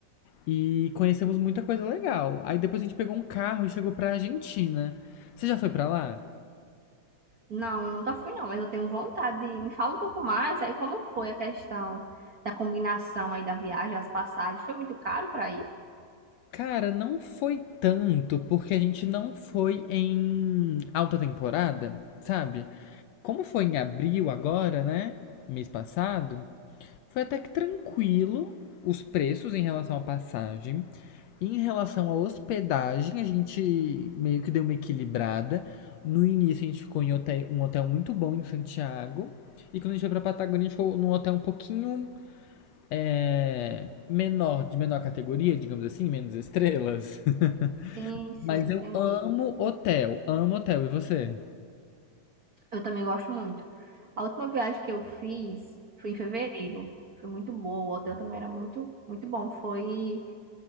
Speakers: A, on the left; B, on the right.
A: E conhecemos muita coisa legal. Aí depois a gente pegou um carro e chegou pra Argentina. Você já foi pra lá?
B: Não, eu nunca fui não, mas eu tenho vontade de ir. Me fala um pouco mais aí como foi a questão da combinação aí da viagem, as passagens. Foi muito caro pra ir?
A: Cara, não foi tanto, porque a gente não foi em alta temporada, sabe? Como foi em abril agora, né? Mês passado. Foi até que tranquilo os preços em relação à passagem. Em relação à hospedagem, a gente meio que deu uma equilibrada. No início, a gente ficou em hotel- um hotel muito bom em Santiago. E quando a gente foi pra Patagônia, a gente ficou num hotel um pouquinho é, menor, de menor categoria, digamos assim, menos estrelas. <laughs>
B: Sim, sim,
A: Mas
B: entendi.
A: eu amo hotel, amo hotel. E você?
B: Eu também gosto muito. A última viagem que eu fiz foi em fevereiro. Foi muito boa. O hotel também era muito, muito bom. Foi